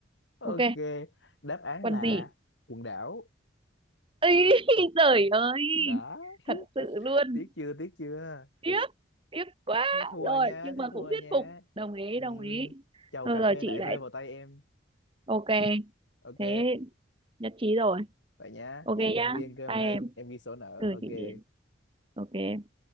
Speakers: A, on the left (about 70°); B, on the right (about 25°).
A: ok
B: ok
A: đáp án
B: quần
A: là
B: gì
A: quần đảo
B: ấy <laughs> trời ơi
A: đó
B: thật sự
A: <laughs>
B: luôn
A: tiếc chưa tiếc chưa
B: tiếc tiếc quá
A: thế thua
B: rồi
A: nha
B: nhưng
A: thế
B: mà
A: thua
B: cũng thuyết
A: nha
B: phục đồng ý
A: Ừm,
B: đồng ý
A: chầu
B: rồi
A: cà
B: rồi
A: phê
B: chị
A: lại rơi
B: lại
A: vào tay em
B: ok
A: ok
B: thế nhất trí rồi
A: vậy nhá
B: ok
A: chị ăn
B: nhá
A: riêng cơm
B: bye
A: đây
B: em
A: em ghi sổ nợ
B: ừ
A: ok
B: chị Điền ok